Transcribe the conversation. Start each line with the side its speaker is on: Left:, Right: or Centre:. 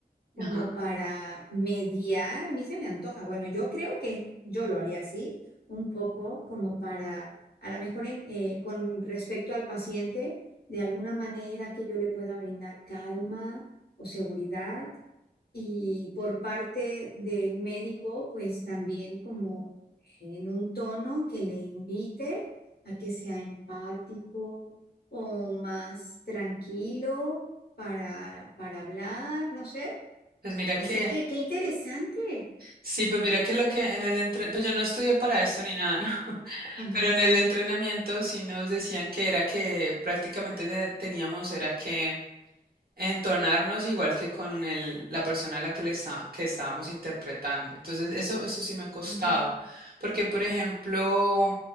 Left: como
Right: Ajá.
Left: para mediar, a mí se me antoja. Bueno, yo creo que yo lo haría así, un poco como para, a lo mejor en, eh, con respecto al paciente, de alguna manera que yo le pueda brindar calma o seguridad. Y por parte del médico, pues también como en un tono que le invite a que sea empático o más tranquilo para, para hablar, no sé
Right: Pues mira
Left: Así
Right: que,
Left: que qué interesante.
Right: sí, pues mira que lo que en el entrenamiento, pues yo no estudié para esto ni nada, ¿no? <laughs>
Left: Ujú,
Right: Pero en el entrenamiento sí nos decían que era que prácticamente de- teníamos, era que entonarnos igual que con el, la persona a la que le está, que estábamos interpretando. Entonces, eso, eso sí me ha costado,
Left: ujú,
Right: porque, por ejemplo,